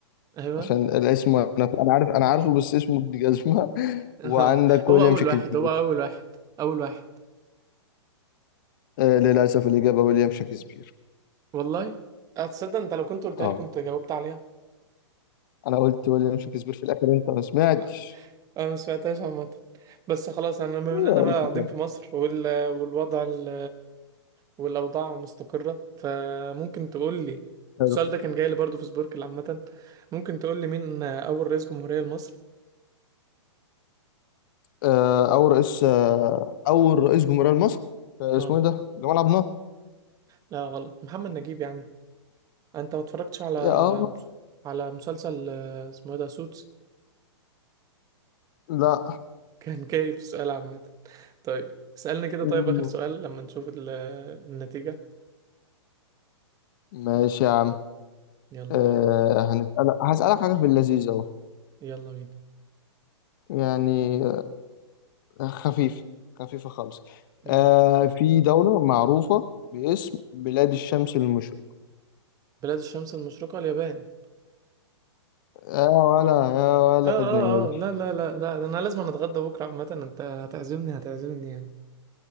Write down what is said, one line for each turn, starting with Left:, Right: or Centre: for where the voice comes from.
Right: ايوه
Left: عشان الاسم انا انا عارف انا عارفه بس اسمه ابن جزمه <laughs>
Right: هو
Left: وعندك
Right: هو
Left: ويليام
Right: اول
Left: شكسبير
Right: واحد هو اول واحد اول واحد
Left: آه، للاسف الاجابه ويليام شكسبير
Right: والله اتصدق انت لو كنت قلت
Left: اه
Right: لي كنت جاوبت عليها
Left: انا قلت ويليام شكسبير في الاخر انت ما سمعتش
Right: ما- انا ما سمعتهاش عامه بس خلاص انا بما
Left: آه،
Right: اننا بقى قاعدين في مصر وال... والوضع ال... والاوضاع مستقره فممكن تقول لي
Left: حلو.
Right: السؤال ده كان جاي لي برضه في سبوركل عامه ممكن تقول لي مين اول رئيس جمهوريه لمصر
Left: آه، او رئيس آه، اول رئيس جمهوريه مصر آه،
Right: اه
Left: اسمه ايه ده جمال عبد الناصر
Right: لا غلط محمد نجيب يا عم انت ما اتفرجتش على
Left: اه
Right: على مسلسل آه، اسمه إيه ده سوتس
Left: لا
Right: <laughs> كان كيف سؤال عامة طيب اسألني كده
Left: مم.
Right: طيب آخر سؤال لما نشوف ال- آه، النتيجة
Left: ماشي يا عم
Right: يلا
Left: أه
Right: بينا
Left: هنسألك هسألك حاجة في اللذيذ أهو
Right: يلا بينا
Left: يعني آه، خفيفة خفيفة خالص
Right: يلا
Left: أه في دولة معروفة باسم بلاد الشمس المشرقة
Right: بلاد الشمس المشرقة اليابان
Left: يا ولا يا ولد
Right: اه اه
Left: ماشي
Right: اه لا لا لا لا ده انا لازم أنا اتغدى بكرة عامة انت هتعزمني هتعزمني يعني